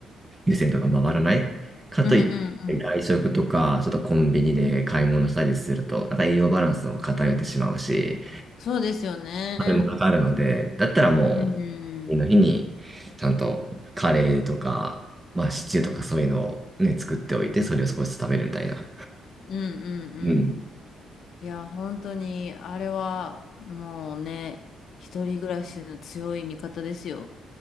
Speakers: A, on the right (about 20°); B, on the left (about 65°).
A: 優先度が回らない。かといって外食とか、
B: うんうんうん。
A: ちょっとコンビニで買い物したりすると、なんか栄養バランスも偏ってしまうし、
B: そうですよね。
A: あれもかかるので、だったらも
B: うん。うん
A: う、次の日に、ちゃんとカレーとか、まあシチューとかそういうのをね、作っておいて、それを少しずつ食べるみたいな。
B: うんうん。
A: うん。
B: いや、本当に、あれは、もうね、一人暮らしの強い味方ですよ。